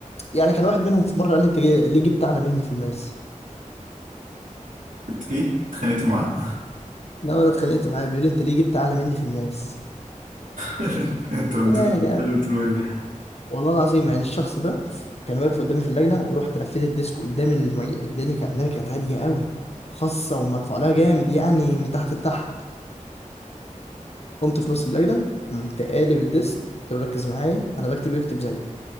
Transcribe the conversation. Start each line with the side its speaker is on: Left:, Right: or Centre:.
Left: يعني كان واحد منهم في مرة قال لي أنت جاي- ليه جبت أعلى مني في الماس؟
Right: في اتخانقت معاه
Left: لا أنا اتخانقت معاه بيقول لي أنت ليه جبت أعلى مني في الماس؟
Right: <laughs> كنت بدل-
Left: أنت مالك يا عم؟
Right: بدل- بدل-
Left: والله العظيم يعني الشخص ده كان واقف قدامي في اللجنة ورحت لفيت الديسك قدام المي... الدنيا كانت الدنيا كانت هادية قوي خاصة ومدفوع لها جامد يعني من تحت لتحت قمت في نص الليلة قمت قالب الديسك قلت له ركز معايا أنا بكتب يكتب زيي